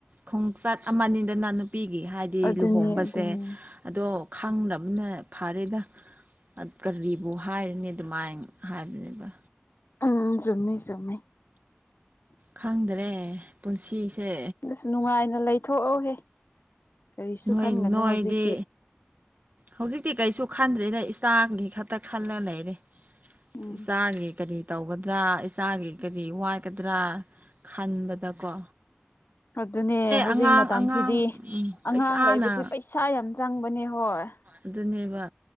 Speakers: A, on the right; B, on the left.
A: ꯈꯣꯡꯆꯠ ꯑꯃꯅꯤꯗꯅ ꯅꯨꯄꯤꯒꯤ ꯍꯥꯏꯗꯤ
B: ꯑꯗꯨꯅꯤ
A: ꯂꯨꯍꯣꯡꯕꯁꯦ
B: ꯑꯗꯨꯅꯤ
A: ꯑꯗꯣ ꯈꯪꯗꯕꯅ ꯐꯔꯦꯗ ꯀꯔꯤꯕꯨ ꯍꯥꯏꯔ ꯅꯤ ꯑꯗꯨꯃꯥꯏ ꯍꯥꯏꯕꯅꯦꯕ
B: ꯎꯝ ꯆꯨꯝꯃꯤ ꯆꯨꯝꯃꯤ
A: ꯈꯪꯗ꯭ꯔꯦ ꯄꯨꯟꯁꯤꯁꯦ
B: ꯑꯁ ꯅꯨꯡꯉꯥꯏꯅ ꯂꯩꯊꯣꯛꯑꯣꯍꯦ ꯀꯔꯤꯁꯨ
A: ꯅꯣꯏ
B: ꯈꯟꯒꯅꯨ
A: ꯅꯣꯏꯗꯤ
B: ꯍꯧꯖꯤꯛꯇꯤ
A: ꯍꯧꯖꯤꯛꯇꯤ ꯀꯩꯁꯨ ꯈꯟꯗ꯭ꯔꯦꯗ ꯏꯆꯥꯒꯤꯈꯛꯇ ꯈꯜꯂ ꯂꯩꯔꯦ
B: ꯎꯝ
A: ꯏꯆꯥꯒꯤ ꯀꯔꯤ ꯇꯧꯒꯗ꯭ꯔꯥ ꯏꯆꯥꯒꯤ ꯀꯔꯤ ꯋꯥꯠꯀꯗ꯭ꯔꯥ ꯈꯟꯕꯗꯀꯣ
B: ꯑꯗꯨꯅꯦ ꯍꯧꯖꯤꯛ
A: ꯑꯉꯥꯡ
B: ꯃꯇꯝꯁꯤꯗꯤ
A: ꯑꯉꯥꯡ ꯎꯝ ꯄꯩꯁꯥꯅ
B: ꯑꯉꯥꯡ ꯂꯩꯕꯁꯦ ꯄꯩꯁꯥ ꯌꯥꯝ ꯆꯪꯕꯅꯦ ꯍꯣꯏ
A: ꯑꯗꯨꯅꯦꯕ